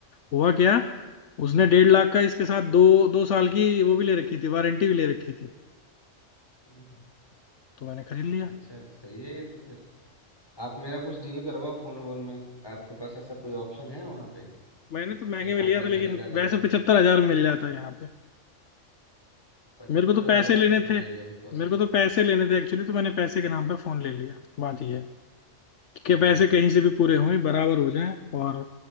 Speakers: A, on the left (about 65°); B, on the left (about 20°).
A: हुआ क्या
B: अच्छा
A: उसने डेढ़ लाख का इसके साथ दो दो साल की वो भी ले रखी थी वारंटी भी ले रखी थी
B: हम्म। हम्म।
A: तो मैंने खरीद लिया
B: अच्छा सही है ये तो फिर आप मेरा कुछ डील करवाओ फोन वोन में आपके पास ऐसा कोई ऑप्शन है वहाँ पे
A: मैंने तो महंगे
B: जैसा
A: में लिया
B: आपने
A: था
B: घड़ी
A: लेकिन
B: का देखा
A: वैसे पिछहत्तर हजार मिल जाता है यहाँ पे
B: पचहत्तर
A: मेरे को तो पैसे
B: हजार
A: लेने
B: तो फिर
A: थे
B: मेरे लिए भी कॉस्टली
A: मेरे को
B: है
A: तो पैसे लेने थे एक्चुअली तो मैंने पैसे के नाम पे फोन ले लिया बात ये है
B: ओ
A: कि पैसे कहीं से भी पूरे हों बराबर हो जाएं और